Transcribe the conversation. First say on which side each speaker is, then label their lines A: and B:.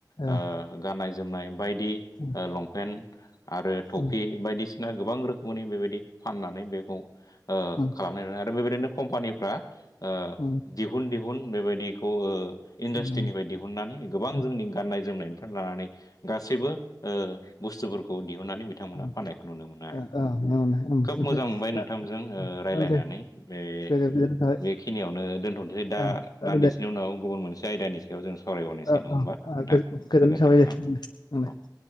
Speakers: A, on the left; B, on the left.
A: औ
B: ओ गाननाय बायदि
A: उम
B: ओ लंपेन्ट आरो टफि
A: उम
B: बायदिसिना गोबां रोखोमनि बेबायदि फाननानै बेखौ ओ
A: उम
B: खालामनाय आरो बेबायदिनो कम्पानिफ्रा ओ
A: उम
B: दिहुन दिहुन बेबायदिखौ ओ इन्डास्ट्रिनिफ्राय
A: उम
B: दिहुननानै गोबां
A: औ
B: जोंनि गाननाय जोमनायनिफ्राय लानानै गासैबो ओ बुस्थुफोरखौ दिहुननानै बिथांमोनहा
A: औ
B: फाननायखौ नुनो मोनो आरो।
A: नंगौनो ओमफ्राय
B: खोब मोजां मोनबाय
A: दा
B: नोंथांजों ओ रायलायनानै
A: औ दे
B: बे
A: गोजोन गोजोननाय
B: बेखिनियावनो दोनथ'नोसै
A: थाबाय
B: दा
A: ओ
B: दान्दिसेनि उनाव गुबुन मोनसे आयदानि सायाव जों सावरायबावनोसै
A: ओम
B: नङा होमबा
A: ओम
B: नोंथां
A: ओम गोजो-गोजोन्नाय
B: गोजोन्थों
A: थाबाय दे
B: औ
A: ओम।
B: औ दे